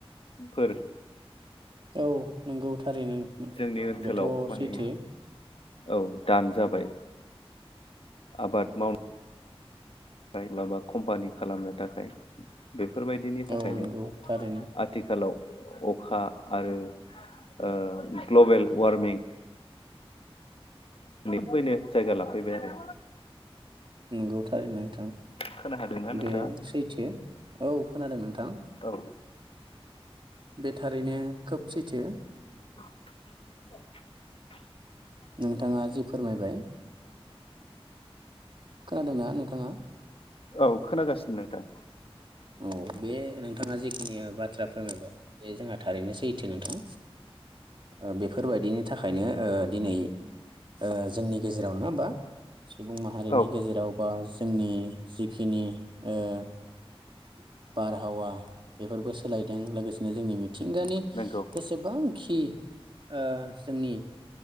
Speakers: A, on the left (about 65°); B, on the right (about 55°).
A: फोर
B: औ नंगौ थारैनो नोंथां
A: जोंनि ओनसोलाव
B: बेथ'
A: माने
B: सैथो।
A: औ दान जाबाय। आबाद माव नाय लाबा कम्पानि खालामनो थाखाय बेफ फोरबायदिनि थाखायनो
B: औ नंगौ थारैनो
A: आथिखालाव उम अखा आरो ओ ग्लबेल वारमिं बेफोर बायनो जायगा लाफैबाय आनो।
B: नंगौ थारैनो नोंथां।
A: खोना हादोंना नोंथाङा
B: बे सैथो औ खोनादों नोंथां।
A: औ
B: बे थारैनो खोब सैथो।
A: <inaudible>
B: नोंथाङा जि फोरमायबाय। खोनादों ना नोंथाङा?
A: औ खोनागासिनो नोंथां।
B: औ बे नोंथाङा जे खेनिया बाथ्रा फोरमायबाय। बे जोंहा थारैनो सैथो नोंथां। ओ बेफोरबायदिनि थाखायनो ओ दिनै ओ जोंनि गेजेराव नोङा होमबा। सुबुं माहारिनि
A: औ
B: गेजेराव बा जोंनि जिखिनि ओ <inaudible> बारहावा बेफोरबो सोलायदों। लोगोसेनो जोंनि मिथिंगानि
A: नंगौ
B: जेसेबांखि ओ जोंनि